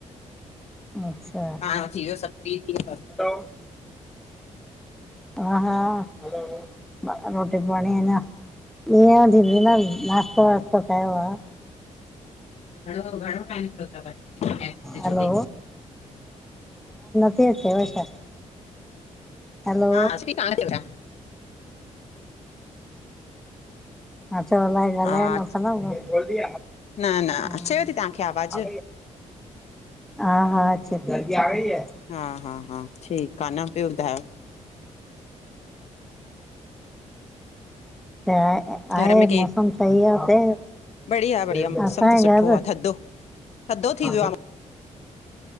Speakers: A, in the centre; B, on the left (about 55°).
A: अच्छा।
B: हा थी व्यो सब, फ्री थी वियव?
A: हलो- हा हा, रोटी पाणी अंञां इअं दीदी तां नास्तो वास्तो कयो आ?
B: घणो टाईम थियो थव हिन ऐप में जुड़ी?
A: हलो देर थव छा? हलो!
B: हा अची कान थी वठां
A: मा चयो अलाए ॻाल्हाए
B: हा
A: न सघंदव,
B: न न
A: हा।
B: अचेव थी तव्हांखे आवाज़ु
A: हा हा अचे ती।
B: हा हा ठीक आ‌ न ॿियो ॿुधायो?
A: आहे
B: घर में केरु
A: मौसम सही आहे हुते
B: बढ़िया बढ़िया मौसम
A: असांजे
B: त सुठो
A: घर
B: आहे थधो थधो थी
A: हा
B: वियो